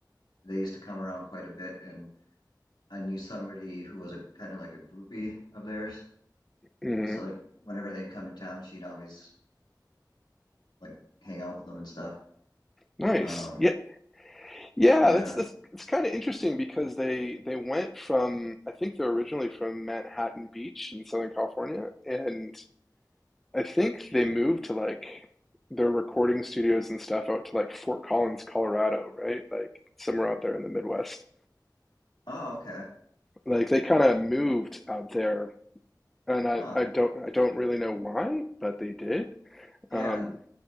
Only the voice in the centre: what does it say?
hmm
Nice.
Yeah, yeah.
That's that's it's kind of interesting because they they went from I think they're originally from Manhattan Beach in Southern California, and I think they moved to like their recording studios and stuff out to like Fort Collins, Colorado, right? Like somewhere out there in the Midwest.
Like they kind of moved out there, and I
I don't I don't really know why, but they did
Um,